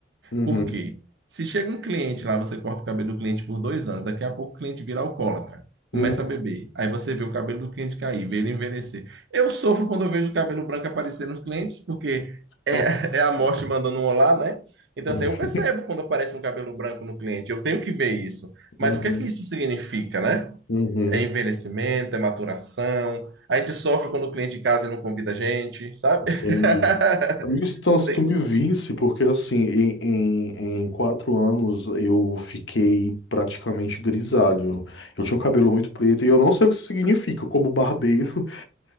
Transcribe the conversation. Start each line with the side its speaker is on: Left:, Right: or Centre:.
Left: Uhum,
Right: Por quê? Se chega um cliente lá, você corta o cabelo do cliente por dois anos, daqui a pouco o cliente vira alcoólatra,
Left: uhum,
Right: começa a beber. Aí você vê o cabelo do cliente cair, vê ele envelhecer. Eu sofro quando eu vejo o cabelo branco aparecer nos clientes, porque é,
Left: nossa,
Right: <laughs> é a morte mandando um olá, né? Então,
Left: uhum,
Right: assim, eu percebo quando aparece um cabelo branco no cliente, eu tenho que ver isso. Mas
Left: uhum,
Right: o que é que isso significa, né?
Left: uhum,
Right: É envelhecimento, é maturação. A gente sofre quando o cliente casa e não convida a gente, sabe?
Left: entendi.
Right: <laughs>
Left: Amigo, então, se
Right: Tem-
Left: tu me visse, porque assim, em, em, em quatro anos eu fiquei praticamente grisalho. Eu tinha um cabelo muito preto e eu não sei o que isso significa, como barbeiro,